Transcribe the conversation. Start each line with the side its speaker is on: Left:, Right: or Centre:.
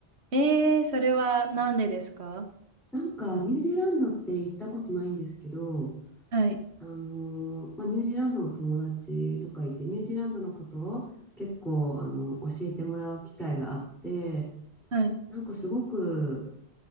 Right: えー、それはなんでですか
Centre: なんか、ニュージーランドって行ったことないんですけど、
Right: はい、
Centre: あのーまあ、ニュージーランドの友達とかいて、ニュージーランドのことを結構、あの、教えてもらう機会があって、
Right: はい、
Centre: なんかすごく、